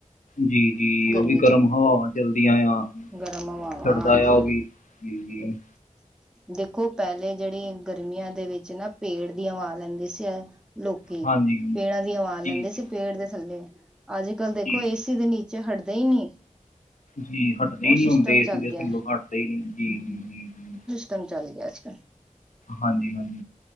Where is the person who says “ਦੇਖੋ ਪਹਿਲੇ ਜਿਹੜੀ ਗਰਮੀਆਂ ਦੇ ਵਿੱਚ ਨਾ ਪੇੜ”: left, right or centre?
Centre